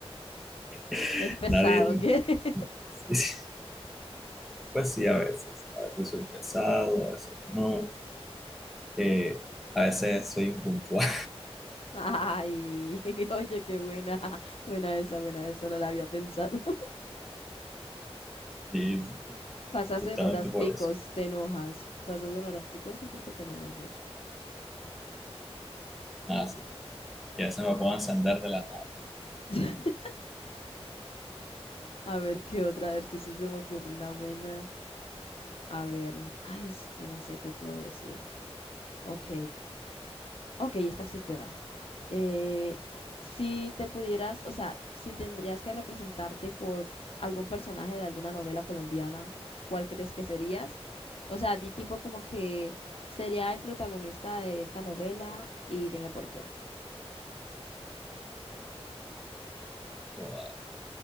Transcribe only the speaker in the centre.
<laughs>
nadie,
sí, sí, pues sí, a veces, a veces soy pesado, a veces no, eh, a veces soy impuntual,
<laughs> y
justamente
por eso.
Ah, sí, y a veces me puedo encender de la nada.
Joda,